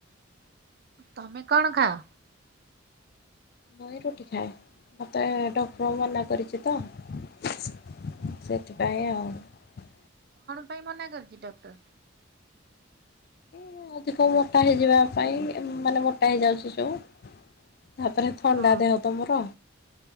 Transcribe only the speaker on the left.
ମୁଁ ଇ ରୁଟି ଖାଏ ମୋତେ ଡକ୍ଟର ମନା କରିଚି ତ। ସେଥିପାଇଁ ଆଉ।
ଉଁ ଅଧିକ ମୋଟା ହେଇଯିବା ପାଇଁ। ଏ ମାନେ ମୋଟା ହେଇଯାଉଚି ଯୋଉ। ତାପରେ ଥଣ୍ଡା
ଦେହ ତ ମୋର।